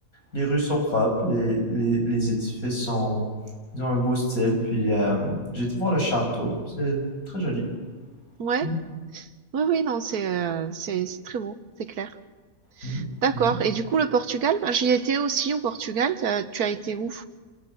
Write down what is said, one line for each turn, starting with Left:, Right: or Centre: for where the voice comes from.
Left: les rues sont propres, les, les, les édifices sont, ils ont un beau style. Puis, euh, j'ai été voir le château. C'est très joli.
Right: Ouais.
Left: Mm,
Right: Oui, oui, non, c'est, heu, c'est c'est très beau, c'est clair.
Left: mm,
Right: D'accord
Left: mhm.
Right: et du coup, le Portugal, ben, j'y étais aussi au Portugal, tu as tu as été où?